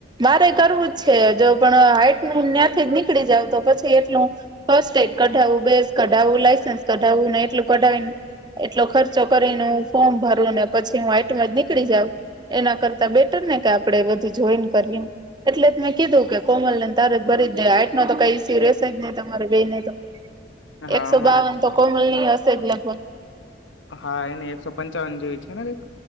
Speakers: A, on the right; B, on the left.
A: મારે કરવું જ છે જો પણ હાઈટ ન્યત ફી નીકળી જાવ તો પછી એટલું ફસ્ટ એડ કઢાવું બેઝ કઢાવું લાયસન્સ કઢાવું ને એટલું કઢાવીને એટલો ખર્ચો કરીને ફોર્મ ભરું ને પછી હું આઈટમાં જ નીકળી જઉ એના કરતા બેટર ને કે આપણેે બધું જોઈન ક. રી એટલે જ મેં કીધું કે કોમલને તારજ ભરી જ આઈટ ન તો કઈ સિરિયસ જ નહી તમારે બે ને તો.
B: હા
A: એકસો
B: અમારે
A: બાવન
B: નહી.
A: તો કોમલ ની હશે એટલે. વહ
B: હા એને એકસો પંસોવન જેવી છે ને કઈક.